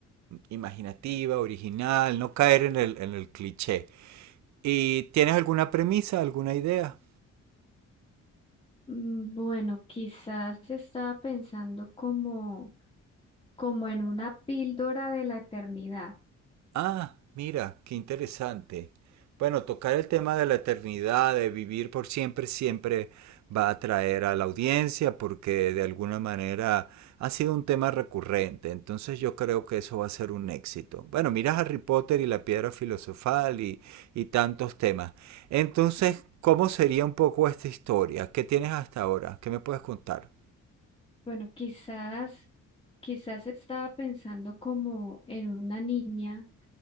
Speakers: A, on the right (about 65°); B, on the left (about 15°).
A: imaginativa, original, no caer en el, en el cliché. ¿Y tienes alguna premisa, alguna idea?
B: Mm, Bueno, quizás estaba pensando como, como en una píldora de la eternidad.
A: Ah, mira, qué interesante. Bueno, tocar el tema de la eternidad, de vivir por siempre, siempre va a atraer a la audiencia porque de alguna manera ha sido un tema recurrente. Entonces yo creo que eso va a ser un éxito. Bueno, mira Harry Potter y la piedra filosofal y, y tantos temas. Entonces, ¿cómo sería un poco esta historia? ¿Qué tienes hasta ahora? ¿Qué me puedes contar?
B: Bueno, quizás, quizás estaba pensando como en una niña